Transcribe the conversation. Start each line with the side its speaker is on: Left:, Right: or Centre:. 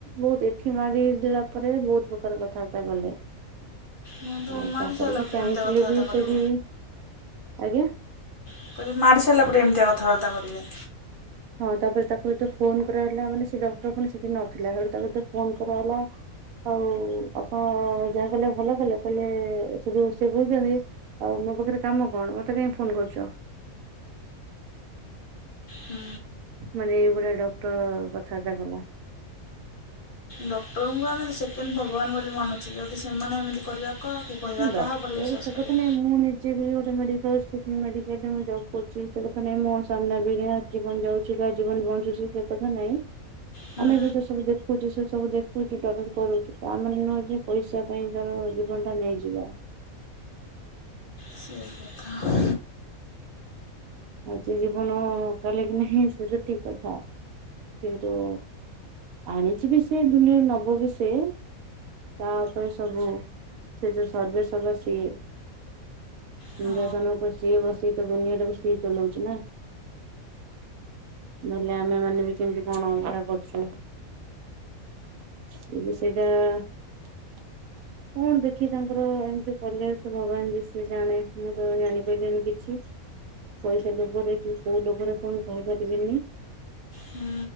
Right: ବହୁତ୍ ଖିମାଡ଼ି ଦେଲା ପରେ ବହୁତ୍ ପ୍ରକାର କଥାବାର୍ତ୍ତା କଲେ।
Left: ମୁଁ ତ
Right: ଆଉ
Left: ମାଡ଼ି
Right: ତାପରେବି
Left: ସାରିଲା ପରେ
Right: ଚାହିଁଥିଲେବି
Left: ଏମିତିଆ କଥାବାର୍ତ୍ତା କରିବ
Right: ସେବି ଆଜ୍ଞା।
Left: ମୁଁ କହିଲି ମାରି ସାରିଲା ପରେ ଏମିତିଆ କଥାବାର୍ତ୍ତା କରିବେ।
Right: ହଁ ତାପରେ ତାକୁ ଯେତେ ଫୋନ୍ କରାହଲା ମାନେ ସେଡକ୍ଟର ପୁଣି ସେଠି ନଥିଲା ହେଟୁ ତାକୁଯେତେ ଫୋନ୍ କରାହେଲା ଆଉ ଅପଣ ଯାହା କଲେ ଭଲ କଲେ କହିଲେ ସେଟୁ ସେକଉଚନ୍ତି। ଆଉ ମୋପାଖରେ କାମ କଣ ମତେ କାଇଁ ଫୋନ୍ କରୁଚ।
Left: ହୁଁ।
Right: ମାନେ ଏଇଭଳିଆ ଡକ୍ଟର କଥାବାର୍ତା କଲା।
Left: ଡକ୍ଟରଙ୍କୁ ଆମେ ସେକେଣ୍ଡ ଭଗବାନ୍ ବୋଲି ମାନୁଛୁ ଯଦି ସେମାନେ ଏମିତି କରିବା କାହାକୁ କହିବା
Right: ନାଇଁ ଡକ୍ଟର
Left: କାହା ଉପରେ ବିଶ୍ୱାସ
Right: ସେକଥା
Left: କରିବା
Right: ନାଇଁ ମୁଁ ନି ଜେବି ଗୋଟେ ମଡିକାଲ୍ ଷ୍ଟୁଡେଣ୍ଟ ମୁଁ ଜବ୍ କରୁଚି ସେକଥା ନାଇଁ ମୋ ସାମ୍ନା ବି ଜୀବନ ଯାଉଚି କିଏ କାହା ଜୀବନ ବଞ୍ଚୁଚି ସେକଥା ନାଇଁ
Left: ହୁଁ
Right: ଆମେବି ତ ସବୁ ଦେଖୁଚୁ ସେ ସବୁ ଦେଖୁଚୁ ଟ୍ରଲେଟ୍ କରୁଚୁ ତାମାନେ ନୁହଁ ଯେ ପଇସା ପାଇଁ ତାର ଜୀବନଟା ନେଇଯିବା।
Left: ସେଇ କଥା।
Right: ଆଜି ଜୀବନ କାଲିକି ନାହିଁ ସେଟା ଠିକ୍ କଥା କିନ୍ତୁ ଆଣିଛି ବି ସେ ବୁଲେଇ ନବ ବି ସେ ତା ଉପରେ ସବୁ ସେ ଯେ ସର୍ଭ ସଭା ସିଏ। ସିଂହାସନ
Left: ହଁ
Right: ଉପରେ ସିଏ ବସି କିତ ଦୁନିଆଟାକୁ ସିଏ ଚଲଉଛି ନା। ନହେଲେ ଆମେ ମାନେ ବି କେମିତି କଣ ଅ କରୁଛୁ। ତୁ ବି ସେଇଟା କଣ ଦେଖି ତାଙ୍କର ଏମିତି କଲେ ସେ ଭଗବାନ ବି ସେ ଜାଣେ ମୁଁ ତ ଜାଣିପାରିଲିନି କିଛି। ପଇସା ଲୋଭରେ କି କୋଉ ଲୋଭରେ ତ ମୁଁ କହିପାରିବିନି।
Left: ହୁଁ